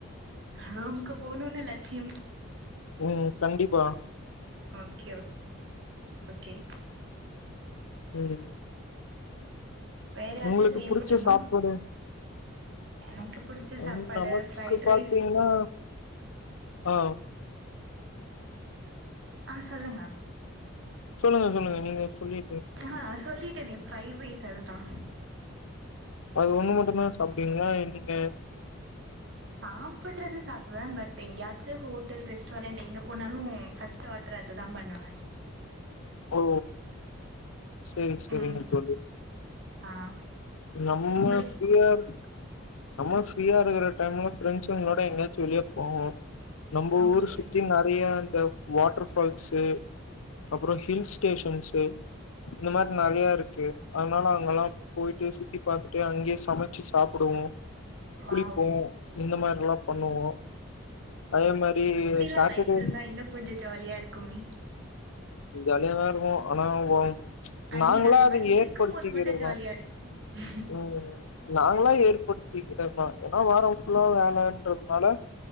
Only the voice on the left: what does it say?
ம் கண்டிப்பா
ம்
உங்குளுக்கு
புடிச்ச
சாப்பாடு
ம் நமக்கு
பாத்திங்னா
ஆ
சொல்லுங்க சொல்லுங்க நீங்க சொல்லி
அது ஒன்னு மட்டுந்தா சாப்ட்டீங்ளா என்னங்க
ஓ செரி செரிங்க
தோழி
நம்ம
ஃபிரீயா இருக் நம்ம ஃப்ரீயா இருக்ற டைம்ல ஃப்ரெண்ட்ஸுங்களோட எங்கயாச்சும் வெளிய போவோ. நம்போ
ஊர் சுத்தி நெறய இந்த வாட்டர் ஃபால்ஸ் அப்றோ ஹில்ஸ் ஸ்டேஷன்ஸ் இந்த மாரி நெறய இருக்கு அதனால அங்கல்லாம் போயி ட்டு சுத்தி பாத்துட்டு அங்கயே சமச்சு சாப்டுவோம்
குளிப்போம் இந்த மாரில்லாம் பண்ணுவோம் அதே மாரி
சாட்டர்டே
ஜாலியாதா இருக்கும் ஆனா ஒ ச்
நாங்களா
அத
ஏற்படுத்திக்றதுதா
ம் நாங்களா ஏற்படுத்திக்றதுதான் ஏன்னா வாரம் ஃபுல்லா வேலன்றதுனால